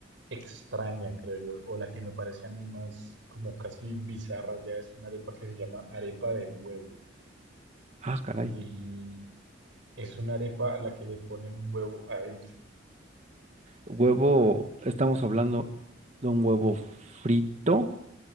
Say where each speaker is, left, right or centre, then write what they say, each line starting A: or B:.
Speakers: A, on the right; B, on the right.
A: extraña, creo yo, o la que me parece a mí más como casi bizarra ya es una arepa que se llama arepa de huevo
B: Ah, caray.
A: y es una arepa a la que le ponen un huevo adentro.
B: Huevo, estamos hablando de un huevo frito